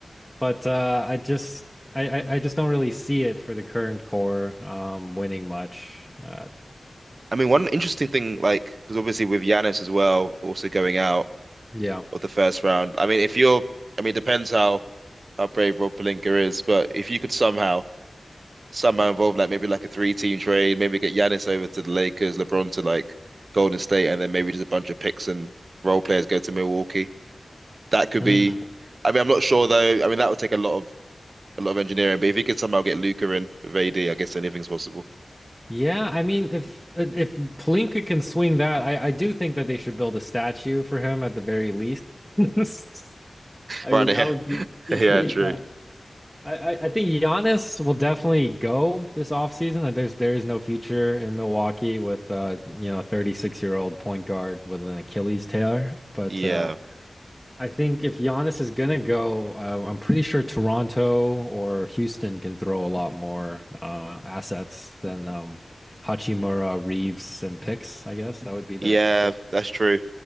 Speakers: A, in the centre; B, on the right (about 60°).
A: but uh I just I I I just don't really see it for the current core um winning much. Uh
B: I mean, one interesting thing, like, because obviously with Giannis as well, also going out,
A: yeah.
B: of the first round. I mean, if you're, I mean, it depends how how brave Rob Pelinka is, but if you could somehow somehow involve like maybe like a three team trade, maybe get Giannis over to the Lakers, LeBron to like Golden State, and then maybe just a bunch of picks and role players go to Milwaukee. That could
A: Hmm.
B: be. I mean, I'm not sure though. I mean, that would take a lot of a lot of engineering, but if you could somehow get Luca in with AD, I guess anything's possible. <laughs>
A: Yeah, I mean, if if Palinka can swing that, I I do think that they should build a statue for him at the very least. <laughs> I
B: Right
A: mean,
B: now,
A: that would be <laughs> yeah.
B: <laughs> Yeah, true.
A: I I I think Giannis will definitely go this offseason. Like, There's there is no future in Milwaukee with uh you know a 36 year old point guard with an Achilles tear. But
B: Yeah.
A: uh I think if Giannis is gonna go, uh, I'm pretty sure Toronto or Houston can throw a lot more uh, assets than um, Hachimura, Reeves, and picks. I guess that would be the,
B: Yeah,
A: the.
B: that's true.